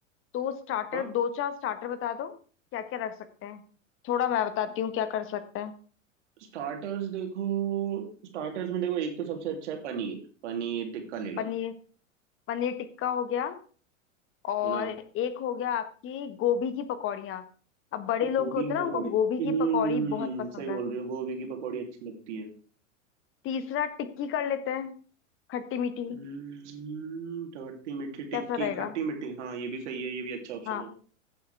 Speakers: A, on the left; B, on the right.
A: तो स्टार्टर
B: हाँ,
A: दो चार स्टार्टर बता दो क्या क्या रख सकते हैं थोड़ा मैं बताती हूँ क्या कर सकते हैं
B: स्टार्टर्स देखो स्टार्टर्स में देखो एक तो सबसे अच्छा है पनीर पनीर टिक्का ले
A: पनीर
B: लो
A: पनीर टिक्का हो गया और
B: है ना
A: एक हो गया आपकी गोभी की पकौड़ियाँ अब बड़े
B: गोभी
A: लोग होते
B: की
A: हैं
B: पकौड़ी
A: ना उनको
B: हम्म
A: गोभी की पकौड़ी
B: हम्म हम्म,
A: बहुत पसंद
B: सही बोल
A: है
B: रही हो गोभी की पकौड़ी अच्छी लगती है
A: तीसरा टिक्की कर लेते हैं खट्टी मीठी
B: हम्म खट्टी मीठी
A: कैसा
B: टिक्की
A: रहेगा
B: खट्टी मीठी हाँ ये भी सही है ये भी अच्छा ऑप्शन
A: हाँ
B: है